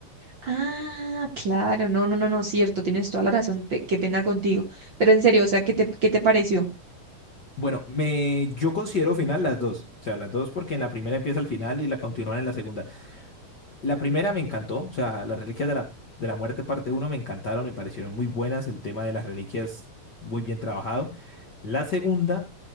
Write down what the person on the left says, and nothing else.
Bueno, me, yo considero final las dos, o sea, las dos porque en la primera empieza el final y la continúan en la segunda. La primera me encantó, o sea, las reliquias de la, de la muerte parte uno me encantaron, me parecieron muy buenas, el tema de las reliquias muy bien trabajado. La segunda